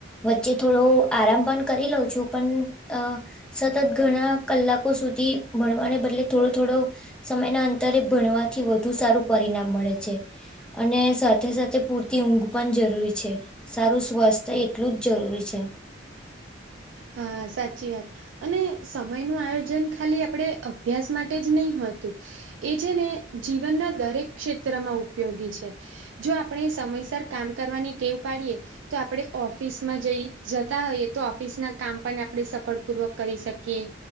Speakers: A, in the centre; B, on the right.
A: વચ્ચે થોડો આરામ પણ કરી લઉં છું પણ અ સતત ઘણા કલાકો સુધી ભણવાને બદલે થોડો થોડોક સમયના અંતરે ભણવાથી વધુ સારું પરિણામ મળે છે અને સાથે સાથે પૂર તી ઊંઘ પણ જરૂરી છે સારું સ્વાસ્થ્ય એટલું જ જરૂરી છે.
B: હા સાચી વાત. અને સમય નું આયોજન ખાલી આપણે અભ્યાસ માટે જ નઇ હોતું. એ છે ને જીવનના દરેક ક્ષેત્રમાં ઉપયોગી છે. જો આપણે સમયસર કામ કરવાની ટેવ પાડીએ તો આપણે ઓફિસમાં જઈ જતા હોઈએ તો ઓફિસના કામ પણ આપણે સફળ પૂર્વક કરી શકીએ.